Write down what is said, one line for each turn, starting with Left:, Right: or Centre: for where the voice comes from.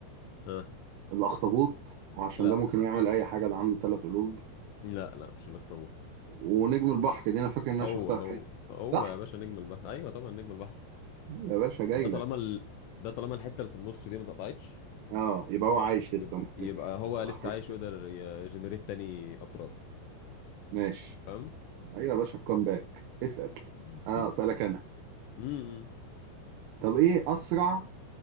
Left: اه
Right: الاخطبوط وعشان
Left: لا
Right: ده ممكن يعمل اي حاجه ده عنده ثلاث قلوب
Left: لا لا مش الاخطبوط
Right: ونجم البحر دي انا فاكر ان انا
Left: هو
Right: شفتها
Left: هو
Right: في حته
Left: هو
Right: صح؟
Left: يا باشا نجم البحر ايوه طبعا نجم البحر
Right: أيوة يا باشا جاي
Left: ده
Right: لك
Left: طالما ال... ده طالما الحته اللي في النص دي ما اتقطعتش
Right: اه يبقى هو عايش
Left: يبقى
Right: لسه ممكن
Left: يبقى
Right: يطلع
Left: هو لسه
Right: حاجه
Left: عايش ويقدر يجنريت تاني اطراف
Right: ماشي
Left: فاهم
Right: ايوه يا باشا كم باك اسال
Left: <laughs>
Right: اه اسالك انا
Left: امم
Right: طب ايه اسرع